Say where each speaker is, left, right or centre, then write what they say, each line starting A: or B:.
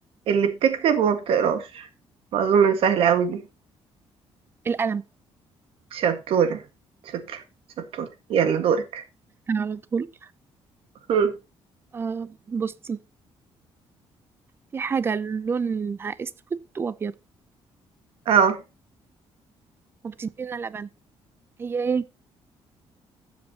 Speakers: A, on the right (about 60°); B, on the right (about 20°).
A: اللي بتكتب وما بتقراش ما اظن سهلة اوي دي
B: القلم
A: شطورة شطرة شطورة يلا دورك
B: على طول
A: <laughs>
B: آه بصي في حاجة لونها أسود وأبيض
A: اه
B: وبتدينا لبن هي ايه؟